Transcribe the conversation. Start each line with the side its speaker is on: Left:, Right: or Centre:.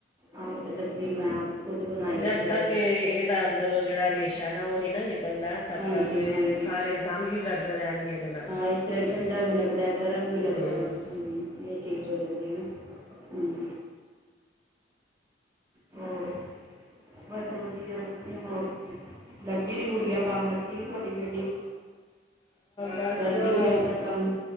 Right: ਆਹੋ ਤੇ ਡੱਬ ਮੈਂ ਖੁਦ ਬਣਾਈ
Left: ਜਦ
Right: ਦੀ ਹੈ
Left: ਤੱਕ
Right: ਬੜੀ
Left: ਇਹਦਾ ਅੰਦਰੋਂ ਜਿਹੜਾ ਰੇਸ਼ਾ ਨਾ ਉਹ ਨੀ ਨਾ ਨਿਕਲਦਾ ਤਦ
Right: ਹਾਂਜੀ
Left: ਤੱਕ ਇਹ
Right: ਹਾਂਜੀ
Left: ਸਾਰੇ ਦੰਦ ਹੀ ਦਰਦ ਰਹਿਣਗੇ ਇਹਦੇ ਨਾਲ
Right: ਹਾਂ ਇਸ ਤਰ੍ਹਾਂ ਠੰਡਾ ਵੀ ਲੱਗਦਾ ਗਰਮ ਵੀ ਲੱਗਦਾ
Left: ਹੂੰ
Right: ਹੂੰ ਇਹ ਚੀਜ਼ ਹੋ ਜਾਂਦੀ ਹੈ ਹੂੰ ਹੋਰ ਬਸ ਵਧੀਆ ਵਧੀਆ ਹੋਰ ਲੱਗੀ ਦੀ ਗੁੜੀਆ ਦਾ ਕੰਮ ਲੱਗੀ ਸੀ ਤੁਹਾਡੀ ਬੇਟੀ
Left: ਬਸ
Right: ਕਰਦੀ
Left: ਉਹ
Right: ਪਈ ਆਪਣਾ ਕੰਮ